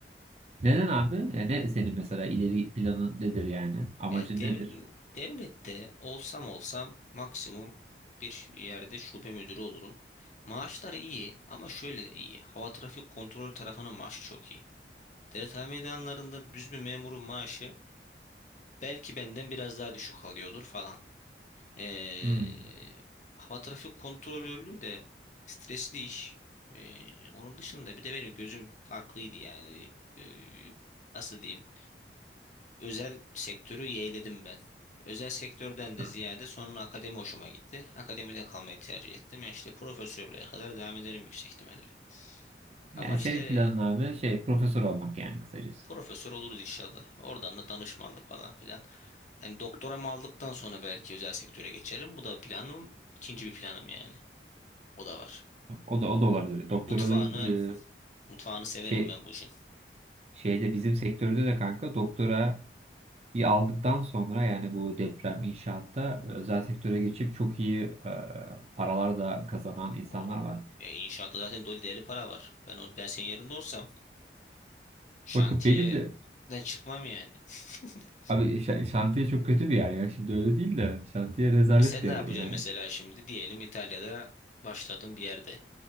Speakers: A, on the right (about 35°); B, on the left (about 45°).
A: Neden abi? Yani ne senin mesela ileri planın nedir yani? Amacın
B: Ya dev-
A: nedir?
B: devlette olsam olsam maksimum bir ş- yerde şube müdürü olurum. Maaşları iyi ama şöyle iyi. Hava trafik kontrol tarafının maaşı çok iyi. devlet meydanlarında düz bir memurun maaşı belki benden biraz daha düşük alıyordur falan. Ee,
A: Hmm.
B: hava trafik kontrolörlüğü de stresli iş. Ee, onun dışında bir de benim gözüm farklıydı yani. Ee, nasıl diyeyim? özel sektörü yeğledim ben. Özel sektörden de
A: Ha.
B: ziyade sonra akademi hoşuma gitti. Akademide kalmayı tercih ettim. Yani işte profesörlüğe kadar devam ederim yüksek ihtimalle.
A: Yani
B: Ama işte
A: senin planın abi şey profesör olmak yani kısacası.
B: profesör oluruz inşallah. Oradan da danışmanlık falan filan. Hani doktoramı aldıktan sonra belki özel sektöre geçerim. Bu da planım. ikinci bir planım yani. O da var.
A: O da o da olabilir. Doktoralı
B: Mutfağını,
A: e,
B: mutfağını severim
A: şey
B: ben bu işin.
A: şeyde bizim sektörde de kanka doktorayı aldıktan sonra yani bu deprem inşaatta özel sektöre geçip çok iyi e, paralar da kazanan insanlar
B: O
A: var.
B: e, inşaatta zaten dolu deli para var. Ben o, ben senin yerinde olsam Şantiyeden
A: Bakın benim de
B: çıkmam yani. <laughs>
A: abi şa- şantiye çok kötü bir yer ya. Şimdi öyle değil de şantiye rezalet
B: E sen
A: bir
B: ne
A: yer
B: yapacaksın
A: yani.
B: mesela şimdi? Diyelim İtalya'da başladığın bir yerde.